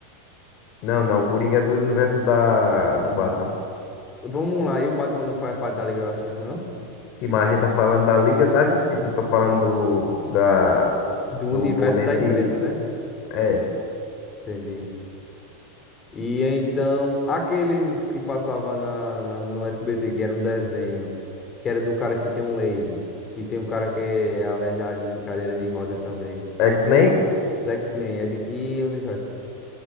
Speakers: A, on the left (about 50°); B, on the left (about 25°).
A: Não, não, o Coringa é do universo da, do Batman.
B: Vamos lá, e o Batman não faz parte da Liga da Justiça, não?
A: Sim, mas a gente tá falando da Liga da Justiça. Não tô falando do, da,
B: Do universo
A: Do oponente.
B: da empresa, né?
A: É.
B: Entendi. E então, aqueles que passavam na, na- no SBT, que era um desenho, que era do cara que tem um laser, que tem um cara que é aleijadinho de cadeira de roda também.
A: X-Men?
B: Os X-Men, é de que universo?